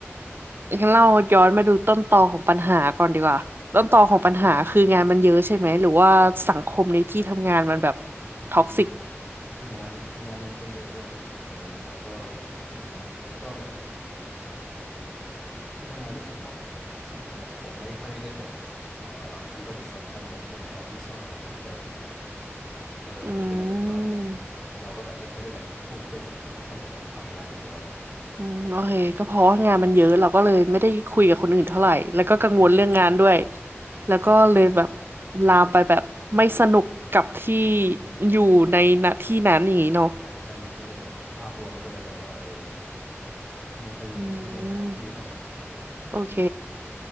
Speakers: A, on the right; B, in the centre.
A: งั้นเราย้อนมาดูต้นตอของปัญหาก่อนดีกว่าต้นตอของปัญหาคืองานมันเยอะใช่ไหมหรือว่าสังคมในที่ทำงานมันแบบ
B: ครับ อืม
A: ท็อกซิก
B: คืองานคืองานมันก็เยอะด้วยครับส่วนหนึ่งแล้วก็ <coughs> <clears throat> เหมือนก็แบบที่ทำงานไม่เชิงท็อกซิกแต่แบบผมไม่ค่อยได้แบบเอ่อมีปฏิสัมพันธ์กับคนในออฟฟิศเท่าไหร่ก็เลยแบบเออมันก็เลยแบบว่าเหมือน
A: อืม
B: เราก็แบบไม่ค่อยได้แบบพูดคุยกับใครมากเท่าไหร่เลยทำแต่งานอย่างเดียวอะครับ
A: อืมโอเคก็เพราะว่างานมันเยอะเราก็เลยไม่ได้คุยกับคนอื่นเท่าไหร่แล้วก็กังวลเรื่องงานด้วย
B: อืมใช่
A: แล้วก็เลยแบบ
B: ใช่ใช่ครับใช่
A: ลามไปแบบไม่สนุกกับที่
B: อืม
A: อยู่ในณที่นั้นอย่างนี้เนาะ
B: ใช่ใช่มันก็เลยแบบภาพรวมมันก็เลยแบบว่าเออไม่ค่อยมีไม่ค่อยแฮปปี้เท่าไหร่อืม
A: อืมโอเค